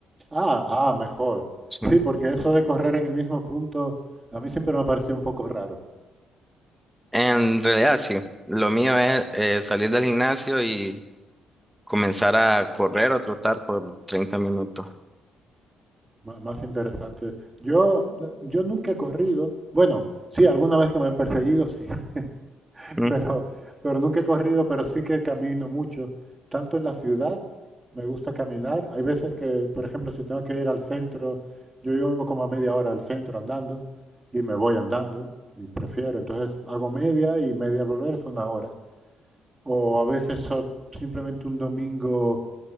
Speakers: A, on the right; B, in the centre.
A: Ah, ah, mejor.
B: Sí.
A: Sí, porque eso de correr en el mismo punto a mí siempre me ha parecido un poco raro,
B: En realidad, sí. Lo mío es eh, salir del gimnasio y comenzar a correr o trotar por 30 minutos.
A: ma- más interesante. Yo, yo nunca he corrido, bueno, sí, alguna vez que me han perseguido, sí, <laughs>
B: Ujú.
A: pero, pero nunca he corrido, pero sí que camino mucho, tanto en la ciudad, me gusta caminar. Hay veces que, por ejemplo, si tengo que ir al centro, yo llevo como a media hora al centro andando y me voy andando y prefiero. Entonces hago media y media al volver es una hora. O a veces son simplemente un domingo